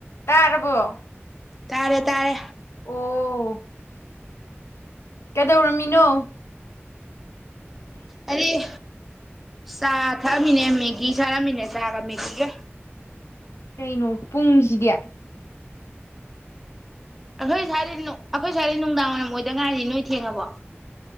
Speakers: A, on the left; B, in the centre.
A: ꯇꯔꯕꯨꯣ
B: ꯇꯥꯔꯦ ꯇꯥꯔꯦ
A: ꯑꯣ ꯀꯩꯗꯧꯔꯝꯃꯤꯅꯣ
B: ꯑꯗꯨꯗꯤ ꯆꯥ ꯊꯛꯑꯝꯃꯤꯅꯦ ꯃꯦꯒꯤ ꯁꯥꯔꯝꯃꯤꯅꯦ ꯆꯥꯒ ꯃꯦꯒꯤꯒ
A: ꯀꯩꯅꯣ ꯄꯨꯡꯁꯤꯗꯤ
B: ꯍꯣꯏ ꯁꯔꯗꯅ ꯑꯩꯈꯣꯏ ꯁꯋꯥꯔꯗꯤ ꯅꯨꯡꯗꯥꯡ ꯋꯥꯏꯔꯝ ꯑꯣꯏꯗ ꯉꯥꯏꯅꯤ ꯅꯣꯏ ꯊꯦꯡꯉꯕꯣ